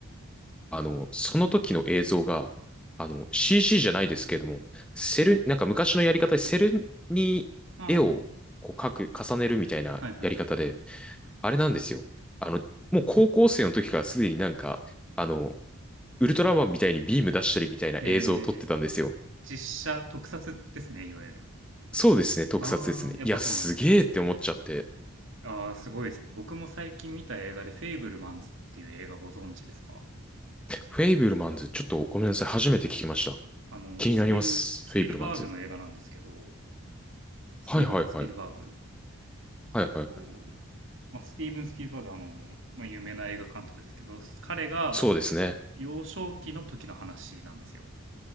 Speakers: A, in the centre; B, on the right (about 60°).
A: あの、その時の映像が、あの、CC じゃないですけれども、セル、なんか昔のやり方でセルに絵をこう描く、
B: ああ、は
A: 重ねるみたいなやり方で、
B: いはいはい。
A: あれなんですよ。あの、もう高校生の時からすでになんか、あの、ウルトラマンみたいにビーム出したりみたいな映像を撮ってたんですよ。
B: へえ、実写特撮ですね、いわゆる。
A: そうですね、特撮ですね。
B: あー、やっぱそうなんだ。
A: いや、すげえって思っちゃって。
B: あー、すごいですね。僕も最近見た映画で、フェイブルマンズっていう映画ご存知ですか
A: フェイブルマンズ、ちょっとごめんなさい、初めて聞きました。
B: あの、
A: 気になります、
B: スピル、スピルバーグの映画なんですけど、
A: フェイブルマンズ。
B: スティーブン・
A: はいはいはい。
B: スピルバーグ。
A: はいはいはい。
B: えっと、まあ、スティーブン・スピルバーグ、あの、まあ、有名な映画監督ですけど、彼が
A: そうですね。
B: 幼少期の時の話なんですよ。